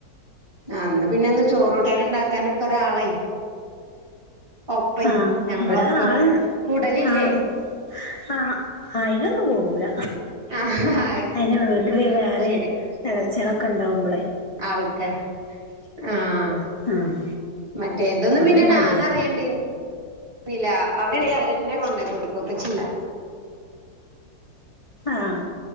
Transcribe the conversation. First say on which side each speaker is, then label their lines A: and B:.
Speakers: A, on the right; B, on the left.
A: ആ ന്ന പിന്നെ ഇന്ന് ചോറൂട്ടാനും ഇണ്ടാക്കാനൊക്കെ ഒരാളെയ് ഒപ്പൈ
B: ആഹ്
A: ഞമ്മളൊപ്പം
B: ഇവിടെ ആൾ
A: കൂടലില്ലേ
B: ആഹ് ആഹ് അയിനൊന്നും കൂടൂല
A: ആ അത്
B: അയിന് വീട്ടില് വേറെ
A: ശരി
B: ഇളച്യാളൊക്കെ ഉണ്ടാവുമ്പോളെ
A: ആൾക്കാർ ആഹ്
B: ആഹ്
A: മറ്റേഇതൊന്നും
B: അപ്പൊ
A: പിന്നെ
B: മടിയാ
A: ഞാനറിയണ്ടീ ന്നില്ല അവരിണ്ടെങ്കി അവരന്നെ കൊണ്ടോയി കൊടുക്കുവൊക്കെ ചിയ്യാ
B: ആഹ്